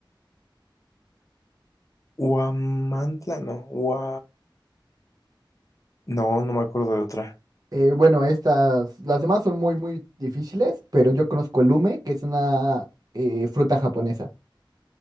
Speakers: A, on the left; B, on the right.
A: uamantla, no, ua, no, no me acuerdo de otra.
B: Eh, bueno, estas, las demás son muy, muy difíciles, pero yo conozco el ume, que es una eh, fruta japonesa.